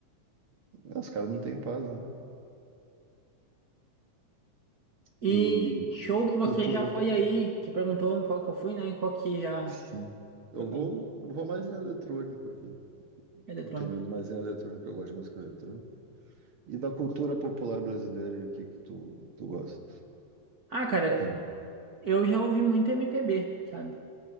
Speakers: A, on the right; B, on the right.
A: Ah, Os caras não têm paz, né?
B: E
A: E
B: show que você
A: cultura,
B: já foi aí, que perguntou em qual que eu fui, né? Em qual que já
A: sim. Eu
B: foi com
A: vou, eu vou mais em eletrônico aqui.
B: eletrônico.
A: Eu tenho ido mais em eletrônico, eu gosto de música eletrônica. E da cultura popular brasileira e o que que tu, tu gosta?
B: Ah, cara,
A: Tem.
B: eu já ouvi muito MPB, sabe?